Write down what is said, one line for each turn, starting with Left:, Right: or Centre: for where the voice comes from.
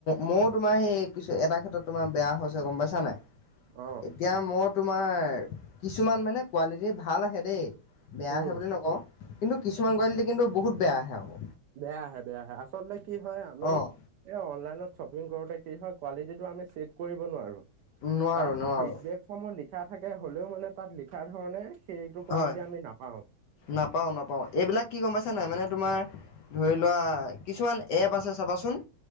Left: ময়ো তোমাৰ সেই কিছু এটা ক্ষেত্ৰত তোমাৰ বেয়া হৈছে গম পাইছা নাই
Right: অ'
Left: এতিয়া মোৰ তোমাৰ কিছুমান মানে কোৱালিটি ভাল আহে দেই বেয়া আহে
Right: উম।
Left: বুলি নকওঁ। কিন্তু কিছুমান কোৱালিটি কিন্তু বহুত বেয়া আহে আকৌ।
Right: বেয়া আহে বেয়া আহে আচলতে কি হয় আমি
Left: অ'
Right: এই অনলাইনত শ্বপিং কৰোতে কি হয় কোৱালিটি আমি চেক কৰিব নোৱাৰো
Left: নোৱাৰো
Right: তাত
Left: নোৱাৰো
Right: ফিডবেক সমূহ লিখা থাকে হ'লেও মানে তাত লিখা ধৰণে সেইটো কোৱালিটি
Left: হয়
Right: আমি নাপাওঁ।
Left: নাপাওঁ নাপাওঁ, এইবিলাক কি গম পাইছা নাই মানে তোমাৰ ধৰি লোৱা কিছুমান এপ আছে চাবাচোন